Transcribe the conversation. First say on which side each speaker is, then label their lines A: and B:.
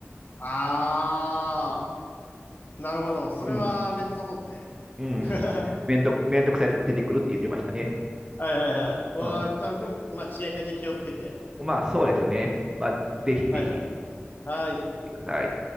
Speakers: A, on the left (about 45°); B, on the right (about 20°).
A: ああ、なるほど。それはめんどくさそうですね。
B: うん、うん、
A: <laughs>
B: めんどくめんどくさいやつが出てくるって言ってましたね。
A: はいはいはい。うわあ、
B: うん、
A: じゃあ、でもちょっとまあ治安に気をつけて。
B: まあ、そうですね。まあ、ぜひぜひ、
A: はい。はい。
B: 見てください。